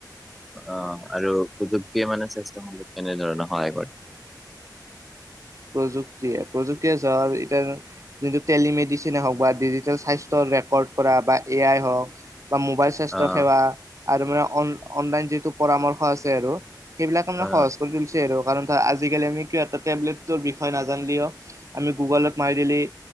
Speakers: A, in the centre; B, on the right.
A: অ আৰু সুযোগে মানে স্বাস্থ্য কেনেধৰণে সহায় কৰে
B: প্ৰযুক্তিয়ে প্ৰযুক্তিয়ে ধ এতিয়া যটো টেলিমেডিচনে হওক বা ডিজিটেল স্বাস্থ্যৰ ৰেকৰ্ড কৰা বা এ আই হওক বা মোবাইল স্বাস্থ্য
A: অ',
B: সেৱা আৰু মানে অনলাইন যিটো পৰামৰ্শ আছে আৰু সেইবিলাক মানে
A: অ',
B: সহজ কৰি তুলিছে আৰু কাৰণ ত আজিকালি আমি কিয় এটা টেবলেট লেতৰ বিষয়ে নাজানিলেও আমি গোগলত মাৰি দিলে